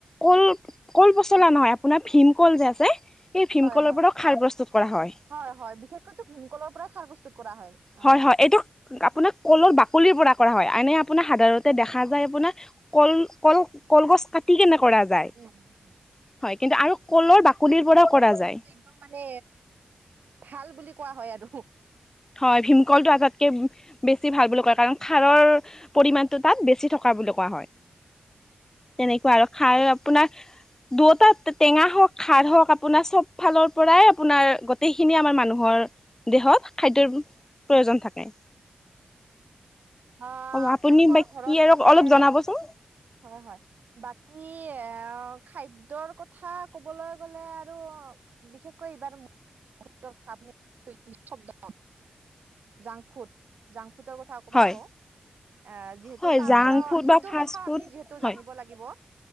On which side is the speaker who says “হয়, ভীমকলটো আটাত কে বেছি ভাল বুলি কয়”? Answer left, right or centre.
Left